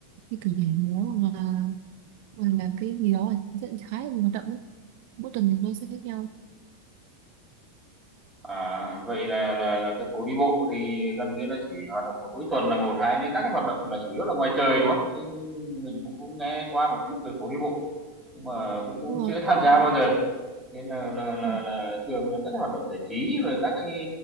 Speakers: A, on the right (about 55°); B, in the centre.
A: như kiểu nhảy múa hoặc là hoặc là làm cái gì đó rất khá là nhiều hoạt động đấy mỗi tuần thì nó sẽ khác nhau
B: À, vậy là là là cái phố đi bộ thì gần như là chỉ hoạt động vào cuối tuần là một, hai nữa các cái hoạt động là chủ yếu là ngoài trời, đúng không? Chứ mình cũng cũng nghe qua một chút về phố đi bộ, nhưng mà cũng cũng
A: đúng rồi
B: chưa <laughs> tham gia bao giờ. Thế là là là
A: ừ.
B: là thường là các cái hoạt động giải trí rồi các cái